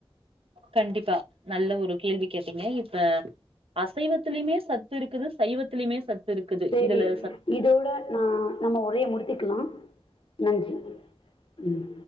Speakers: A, on the right; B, on the left.
A: கண்டிப்பா நல்ல ஒரு கேள்வி கேட்டீங்க இப்ப அசைவத்திலயுமே சத்து இருக்குது சைவத்திலயுமே சத் இருக்குது
B: சேரி
A: இதுல
B: இதோட நா நம்ம உரைய முடித்துக்கலா நன்றி ம்